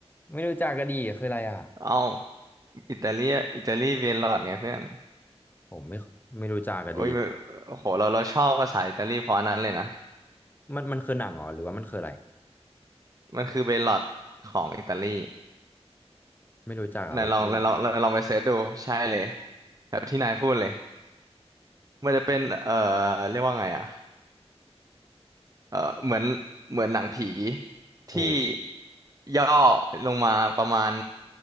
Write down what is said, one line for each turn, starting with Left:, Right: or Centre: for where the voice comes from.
Left: ไม่รู้จักกะดีคืออะไรอ่ะ
Right: เอ้าอิตาเลียอิตาลีเบลลอดไงเพื่อน
Left: ผมไม่ไม่รู้จักอะดี
Right: โอ้ยโอ้โหเราเราชอบภาษาอิตาลีเพราะอันนั้นเลยนะ
Left: มันมันคือหนังเหรอหรือว่ามันคืออะไร
Right: มันคือเบลลอดของอิตาลี
Left: ไม่รู้จักอ่ะว่าเราไม่รู้จัก
Right: นายลองนายลองนายลองไปเสิร์ชดูใช่เลยแบบที่นายพูดเลยมันจะเป็นเอ่อเรียกว่าไงอะ เออเหมือนเหมือนหนังผีที่
Left: โอ้
Right: ย่อลงมาประมาณ